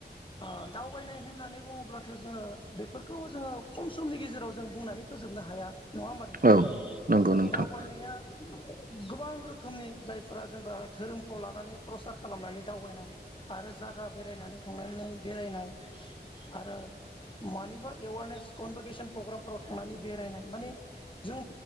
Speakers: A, on the left; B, on the right.
A: ओ दावबायनाय होननानै बुङोब्लाथ' जोङो बेफोरखौ जोङो खम समनि गेजेराव जों बुंनानै फोजोबनो हाया। नङा होमबा नोंथां?
B: औ नंगौ नोंथां
A: दावबायनाया गोबां रोखोमनि जायफोरा जेनेबा धोरोमखौ लानानै प्रसार खालामनानै दावबायनाय आरो जगा बेरायनानै थांनानै बेरायनाय आरो मानिबा एवारनेस कनभकेसन प्रग्रामफोराव थांनानै बेरायनाय माने जों